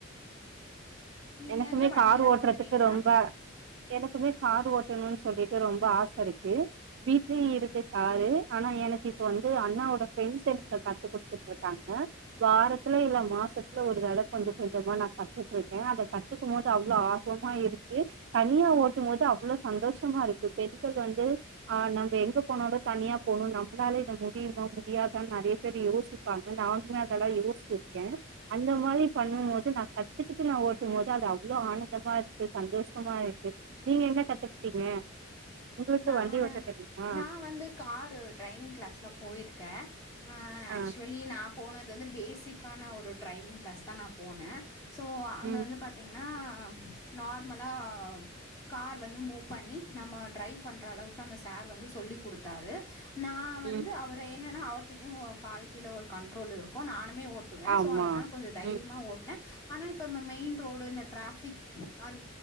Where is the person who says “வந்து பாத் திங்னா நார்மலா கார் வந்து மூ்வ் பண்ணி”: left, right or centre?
Left